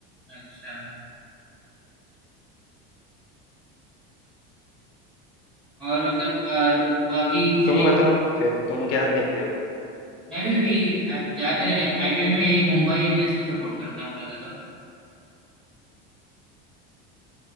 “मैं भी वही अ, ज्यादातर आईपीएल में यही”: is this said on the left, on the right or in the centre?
Centre